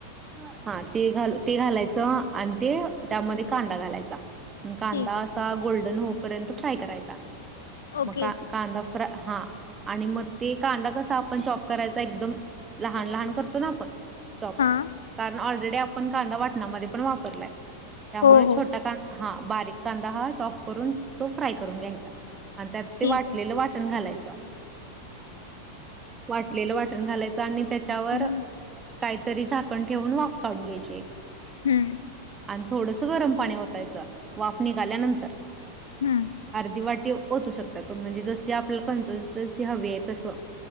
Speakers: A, on the right; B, on the left.
A: <unintelligible> हा ते घाल ते घालायचं. आणि ते त्यामध्ये कांदा घालायचा. कांदा
B: ठीक
A: असा गोल्डन हो पर्यंत फ्राय करायचा.
B: आहे ओके
A: म का कांदा फ्राय हा आणि मग ते कांदा कसा आपण चॉप करायचा एकदम लहान लहान करतो ना आपण चॉप
B: हा
A: कारण ऑलरेडी आपण कांदा वाटमध्ये पण वापरलाय त्यामुळे
B: हो हो
A: छोटा कांदा हा बारीक कांदा हा चॉप करून तो फ्राय करून घ्यायचा. आणि त्यात ते
B: ठीक
A: वाटलेलं
B: आहे
A: वाटण घालायचं वाटलेलं वाटण घालायचं आणि त्याच्यावर
B: हम्म
A: काय तरी झाकण ठेवून वाफ काढून घ्यायची
B: हूं
A: आणि थोडंस गरम पाणी ओतायचं वाफ निघाल्यानंतर
B: हम्म
A: अर्धी वाटी ओतू शकता तो म्हणजे जशी आपल्या कन्सिस्टन्सी हवी आहे तसं